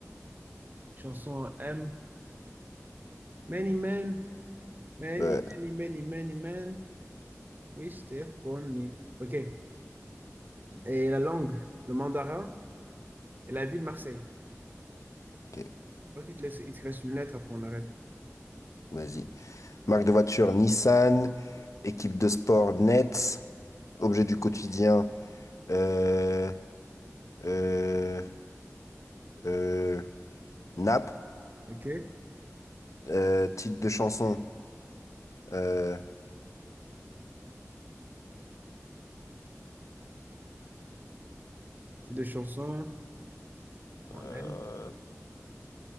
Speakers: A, on the right; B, on the left.
A: Chanson M. Many men, many,
B: Ouais,
A: many, many, many men wish they upon me. Ok. Et la langue, le mandarin et la ville Marseille.
B: ok.
A: Ok, il te laisse, il te reste une lettre, après on arrête.
B: Vas-y. Marque de voiture Nissan, équipe de sport Nets, objet du quotidien euh, euh, euh, Nap,
A: Ok?
B: euh, titre de chanson euh,
A: C'est deux chansons. en
B: euh,
A: M.